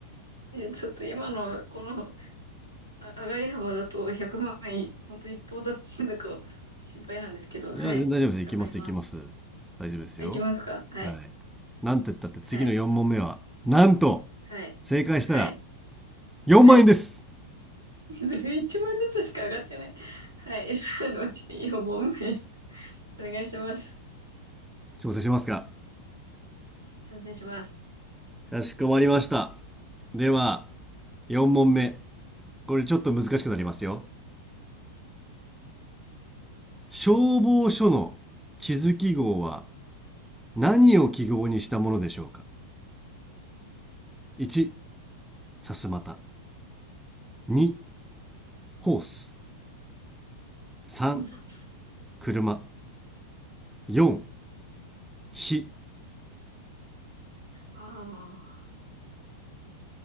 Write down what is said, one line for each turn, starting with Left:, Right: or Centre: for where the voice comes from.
Right: ちょっと今の、この、上がり幅だと100万円、本当に到達してるのか心配なんですけど、
Centre: いやー全然大丈夫ですいきますいきます
Right: はい。頑張ります。
Centre: 大丈夫ですよ
Right: いきますかはい。
Centre: はいなんて言ったって次の4問目はなんと
Right: はい。はい。
Centre: 正解したら
Right: はい。
Centre: 4万円です
Right: はい。<laughs> 1万ずつしか上がってない。はい。そのうちよん問目。お願いします。
Centre: 調整しますか
Right: 挑戦します。
Centre: かしこまりましたでは4問目これちょっと難しくなりますよ。消防署の地図記号は何を記号にしたものでしょうか ?1、さすまた。2、ホース。3、
Right: <laughs>
Centre: 車。4、火。
Right: ああ